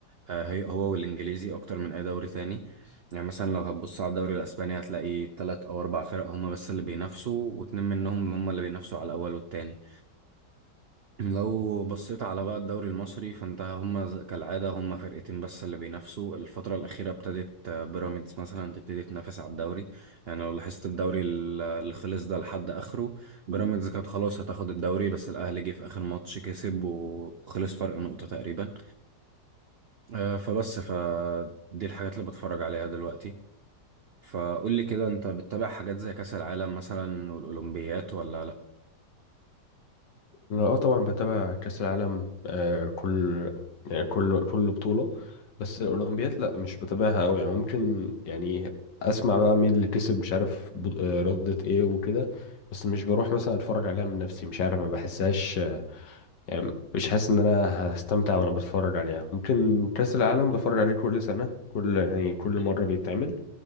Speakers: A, on the right; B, on the left.
A: آه، هي هو والانجليزي اكتر من اي دوري تاني يعني مثلا لو هتبص على الدوري الاسباني هتلاقي تلات او اربع فرق هما بس اللي بينافسوا واتنين منهم هما اللي بينافسوا على الاول والتاني لو بصيت على بقى الدوري المصري فانت هما ز- كالعادة هما فرقتين بس اللي بينافسوا الفترة الأخيرة ابتدت آه، بيراميدز مثلا تبتدي تنافس على الدوري يعني لو لاحظت الدوري ال- اللي خلص ده لحد آخره بيراميدز كانت خلاص هتاخد الدوري بس الأهلي جه في آخر ماتش كسب وخلص فرق نقطة تقريبا آه، فبس فدي الحاجات اللي بتفرج عليها دلوقتي فقول لي كده انت بتتابع حاجات زي كأس العالم مثلا والأولمبيات ولا لأ؟
B: انا اه طبعا بتابع كاس العالم أه كل يعني كل كل بطولة بس الاولمبياد لا مش بتابعها قوي يعني ممكن يعني اسمع بقى مين اللي كسب مش عارف ب- آه، رياضة ايه وكده بس مش بروح مثلا اتفرج عليها من نفسي مش عارف ما بحسهاش يعني مش حاسس ان انا هستمتع وانا بتفرج عليها ممكن كأس العالم بتفرج عليه كل سنة كل يعني كل مرة بيتعمل